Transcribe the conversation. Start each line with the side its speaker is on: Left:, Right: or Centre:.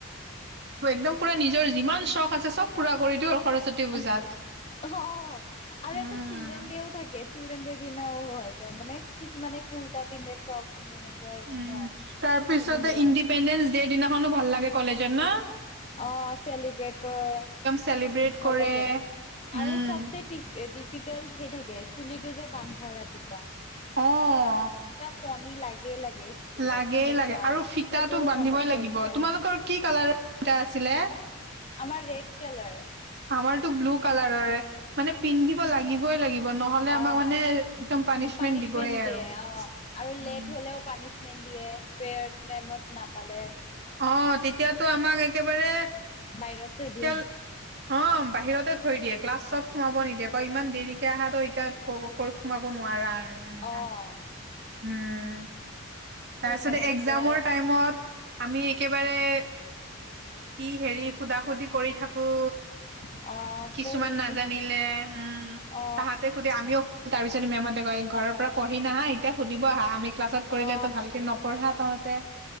Right: একদম পোৰা নিজৰ যিমান চখ আছে চব পোৰা কৰি দিওঁ সৰস্বতী পূজাত
Left: অহ আহ
Right: উম
Left: এটা চিল্ড্ৰেন ডেও থাকে চিল্ড্ৰেন দেৰ দিনাও হৈ যায় মানে কিছুমানে কুৰ্তা পিন্ধে ফ্ৰক পিন্ধে এনেকুৱা হৈ যায়
Right: উম
Left: ন
Right: তাৰ পিছতে
Left: পিন্ধে
Right: ইণ্ডিপেণ্ডেন্স দে দিনাখনো ভাল লাগে কলেজত না
Left: অ চেলিব্ৰেট কৰে
Right: চেলিব্ৰেট
Left: ভাল
Right: কৰে।
Left: লাগে
Right: উম,
Left: আৰু চবচে টি ডিফিকাল্ট সেই থাকে চুলিটো যে বান্ধা ৰাতিপুৱা
Right: অহ
Left: ফণী লাগে লাগে স্কুলত
Right: লাগেই
Left: সেনেকুৱা
Right: লাগে আৰু ফিতটো
Left: সেইবোৰো
Right: বান্ধিবই
Left: মনত
Right: লাগিব
Left: পৰি যায়
Right: তোমালোকৰ কি কালাৰৰ ফিতা আছিলে
Left: আমাৰ ৰেড কালাৰ
Right: আমাৰতো ব্লু কালাৰৰ মানে পিন্ধিব লাগিবই লাগিব ব নহলে আমাকমানে‌
Left: অ',
Right: পানিচমেন
Left: পানিচমেন্ট
Right: দিবই
Left: দিয়ে
Right: আৰু উম
Left: অ', আৰু লেট হ'লেও পানিচমেন্ট দিয়ে প্ৰেয়াৰ টাইমত নাপালে
Right: অ তেতিয়াতো আমাক একেবাৰে
Left: বাহিৰত থই
Right: তেতিয়া
Left: দিয়ে
Right: অ বাহিৰতে থৈ দিয়ে ক্লাছত সোমাব নিদিয়ে ক ইমান দেৰিকে আহা এতিয়া সোমাব নোৱাৰা আৰু এনেকা।
Left: অহ
Right: উম তাৰপিছতে
Left: মনত
Right: একজাম
Left: পৰে আৰু
Right: টাইমত আমি একেবাৰে কি হেৰি সুধা সুধি কৰি থাকো
Left: অ
Right: কিছুমান
Left: পঢ়ি
Right: নাজানিলে উম
Left: অ
Right: তাহাঁতে সুধে আমিও তাৰপিছত মেমতে কয় ঘৰৰ পৰা পঢ়ি নাহা এতিয়া সুধিব আহা আমি ক্লাছত কৰিলে
Left: অ
Right: ভালকে নপঢ়া তহঁতে